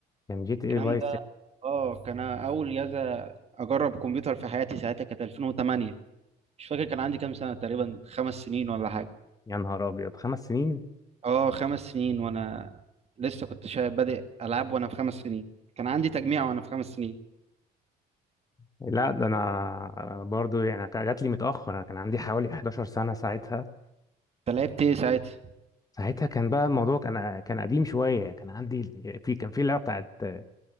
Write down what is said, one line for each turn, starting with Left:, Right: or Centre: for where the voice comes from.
Left: كان جي تي
Right: الكلام
Left: اي فايس
Right: ده
Left: مم. سيتي.
Right: اه كان اول جهاز اجرب كمبيوتر في حياتي ساعتها كانت 2008 مش فاكر كان عندي كام سنه تقريبا خمس سنين ولا حاجه
Left: يا نهار ابيض خمس سنين
Right: اه خمس سنين وانا لسه كنت شا- بادئ العاب وانا في خمس سنين كان عندي تجميع وانا في خمس سنين
Left: لا ده انا أنا برضو يعني كان- جات لي متاخر انا كان عندي حوالي 11 سنه ساعتها
Right: انت لعبت ايه ساعتها
Left: ساعتها كان بقى الموضوع كان كان قديم شويه كان عندي في كان في اللعبه بتاعت آه،